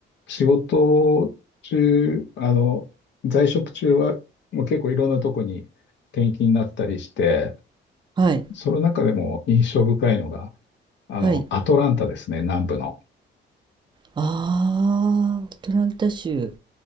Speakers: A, on the left; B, on the right.
A: 仕事中、あの、在職中は、もう結構いろんなとこに転勤になったりして、
B: はい、
A: その中でも印象深いのが、あの、
B: はい。
A: アトランタですね、南部の。
B: ああ、アトランタ州。